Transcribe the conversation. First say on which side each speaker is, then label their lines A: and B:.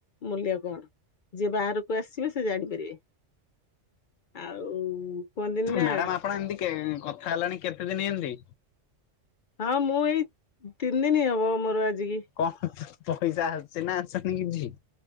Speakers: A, on the left; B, on the left.
A: ମୂଲ୍ୟ କଣ? ଯିଏ ବାହାରକୁ ଆସିବେ ସେ ଜାଣିପାରିବେ ଆଉ। କୁହନ୍ତିନି ନା
B: ମ୍ୟାଡାମ ଆପଣ ଏମିତି ଏଁ କଥା ହେଲାଣି କେତେଦିନ ଏମତି?
A: ହଁ ମୁଁ ଏଇ ତିନି ଦିନ ହବ ମୋର ଆଜିକି।
B: କଣ ପଇସା ଆସୁଛି ନା ଆସନି କିଛି?